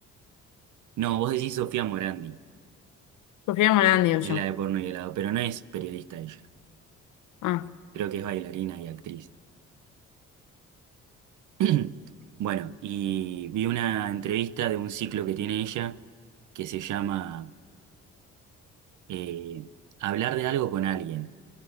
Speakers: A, on the right (about 75°); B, on the left (about 80°).
A: No, vos decís Sofía Morandi,
B: Sofía Morán, digo
A: es
B: yo.
A: la de porno y helado, pero no es periodista ella,
B: Ah,
A: creo que es bailarina y actriz. <clears throat> Bueno, y vi una entrevista de un ciclo que tiene ella que se llama eh, Hablar de algo con alguien.